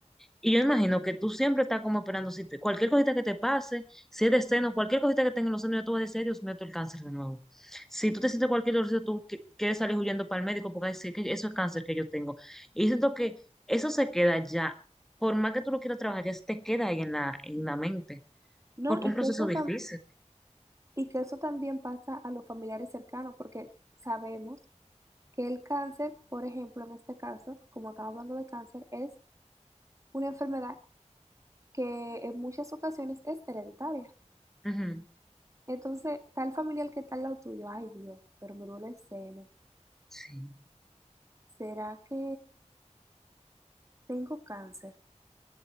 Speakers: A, in the centre; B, on the right.
A: Y yo imagino que tú siempre estás como esperando si te- cualquier cosita que te pase, si es de seno, cualquier cosita que tenga en los senos, ya tú vas a decir, "Ay, Dios mío, esto es el cáncer de nuevo. Si tú te sientes cualquier dolor, tú que- quieres salir huyendo para el médico porque vas a decir que eso es cáncer que yo tengo. Y siento que eso se queda ya, por más que tú lo quieras trabajar, ya se te queda ahí en la, en la mente,
B: No,
A: porque es
B: y
A: un proceso
B: que eso
A: difícil.
B: tam- Y que eso también pasa a los familiares cercanos, porque sabemos que el cáncer, por ejemplo, en este caso, como estamos hablando de cáncer, es una enfermedad que en muchas ocasiones es hereditaria.
A: Ujú.
B: Entonces, tal familiar que está al lado tuyo, ay Dios, pero me duele el seno.
A: Sí,
B: ¿Será que tengo cáncer?